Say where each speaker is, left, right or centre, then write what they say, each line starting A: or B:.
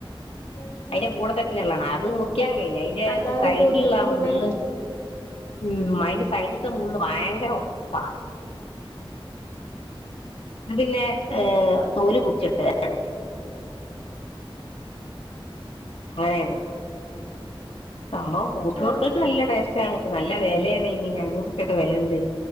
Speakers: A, on the left; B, on the left.
A: ഉം
B: അയിൻ്റെ
A: ഉം
B: കൂട തന്നെ ഉള്ളതാണ് അതു വിക്കാൻ കഴയില്ല അയിന്റെ
A: എല്ലാരും
B: സൈഡിലുള്ള
A: കൂട്ടേക്കൂലേ
B: ആ മുള്ള് ഉം അയിന്റെ സൈഡ്ത്തെ മുള്ള് ഭയങ്കര ഒറപ്പാ. ഇത് പിന്നെ
A: ഉം
B: ഏ തോല് പൊടിച്ചെടുക്കലാണ്. അങ്ങനെയാണ് സംഭവം കൂട്ട്കൾക്ക്
A: ആഹ് ആഹ്
B: നല്ല ടേസ്റ്റാണ്ണ്. നല്ല വെലയാണ് ഇനി അഞ്ഞൂറുപ്പ്യൊക്കെ വെലയുണ്ട്.